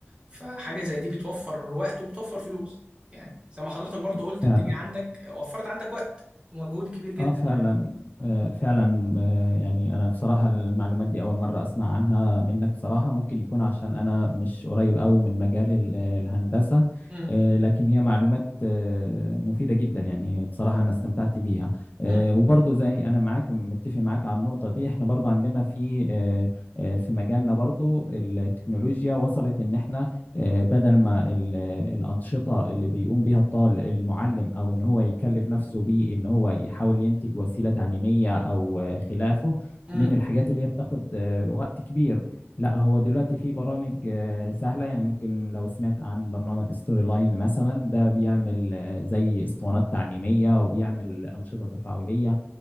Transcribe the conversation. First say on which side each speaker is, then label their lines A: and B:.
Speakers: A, on the right; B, on the left.
A: فحاجه زي دي بتوفر وقت وبتوفر فلوس يعني زي ما حضرتك برضو قلت
B: فعلا
A: الدنيا عندك وفرت عندك وقت ومجهود كبير جدا
B: اه فعلا
A: يعني
B: آه فعلا آه يعني انا بصراحة المعلومات دي اول مرة اسمع عنها منك بصراحة ممكن يكون عشان انا مش قريب قوي من مجال ال- الهندسة
A: امم
B: آه لكن هي معلومات آه مفيدة جدا يعني بصراحة انا استمتعت بيها آه
A: امم
B: وبرضه زي انا معاك متفق معاك على النقطة دي احنا برضه عندنا في آه آه في مجالنا برضه التكنولوجيا وصلت ان احنا آه، بدل ما ال- الأنشطة اللي بيقوم بيها الطالب المعلم أو إن هو يكلف نفسه بيه إن هو يحاول ينتج وسيلة تعليمية أو آه، خلافه
A: امم
B: من الحاجات اللي هي بتاخد آه، وقت كبير لا هو دلوقتي في برامج آه، سهلة يعني ممكن لو سمعت عن برنامج ستوري لاين مثلا ده بيعمل آه، زي اسطوانات تعليمية وبيعمل أنشطة تفاعلية